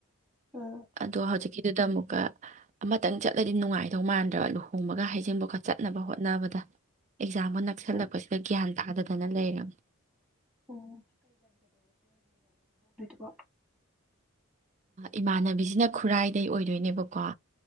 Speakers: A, in the centre; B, on the right.
A: ꯑꯥ
B: ꯑꯗ ꯍꯧꯖꯤꯛ ꯀꯤꯗꯨꯗ ꯑꯃꯨꯛꯀ ꯑꯃꯇꯪ ꯆꯠꯂꯗꯤ ꯅꯨꯡꯉꯥꯏꯗꯧ ꯃꯥꯟꯗ꯭ꯔꯒ ꯂꯨꯍꯣꯡꯕꯒ ꯍꯩꯖꯤꯡꯕꯥꯎꯒ ꯆꯠꯅꯕ ꯍꯣꯠꯅꯕꯗ ꯑꯦꯛꯖꯥꯝꯒ ꯅꯛꯁꯜꯂꯛꯄꯁꯤꯗ
A: ꯑꯣ
B: ꯒ꯭ꯌꯥꯟ ꯇꯥꯗꯗꯅ ꯂꯩꯔꯕꯝꯅꯤ
A: ꯑꯣ ꯋꯥ
B: ꯏꯃꯥꯟꯅꯕꯤꯁꯤꯅ ꯈꯨꯔꯥꯏꯗꯩ ꯑꯣꯏꯗꯣꯏꯅꯦꯕꯀꯣ